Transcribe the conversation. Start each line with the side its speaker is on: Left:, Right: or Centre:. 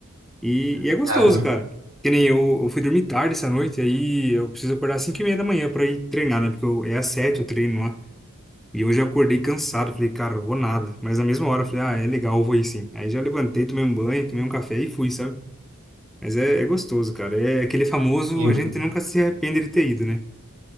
Centre: E, e é gostoso,
Right: Ah, bem,
Centre: cara. Que nem eu, eu fui dormir tarde essa noite, aí eu preciso acordar às 5 e meia da manhã pra ir treinar, né? Porque eu, é às 7 o treino lá. E hoje eu acordei cansado, falei, cara, eu vou nada. Mas na mesma hora eu falei, ah, é legal, eu vou ir sim. Aí já levantei, tomei um banho, tomei um café e fui, sabe? Mas é, é gostoso, cara. É aquele famoso,
Right: e
Centre: a gente nunca se arrepende de ter ido, né?